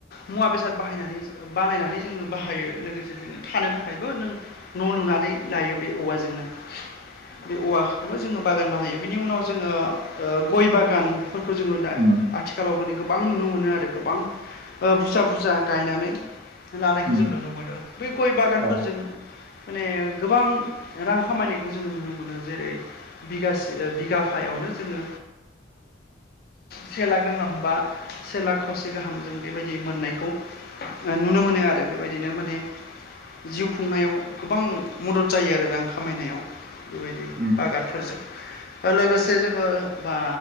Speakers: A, on the left; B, on the right.
A: मुवा बेसाद बाहायनानै बानायनानै जोङो बाहायो लोगोसे थानो थाखायबो नों न' लुनानै लायो बे औवाजोंनो बे औवा खौबो जोङो बागान बानायो बिनि उनाव जोङो गय बागानफोरखौ जोङो दा
B: उम
A: आथिं आथिखालाव माने गोबां नुनो मोनो आरो गोबां बुरजा बुरजा गायनानै लानायखौ
B: उम
A: जों नुनो मोनो बे गय बागानफोरजों
B: औ
A: माने गोबां रां खामानिखौ जोङो नुनो मोनो जेरै बिगासे बिगाफायावनो जोङो सेेला गोाहाम बा से लाख खावसे गाहाम जों बेबायदि मोननायखौ नुनो मोनो आरो बेबायदिनो माने जिउ खुंनायाव गोबां मदद जायो आरो रां खामायनायाव बेबायदि
B: उम
A: बागानफोरजों ा लोगोसे जोंङो बा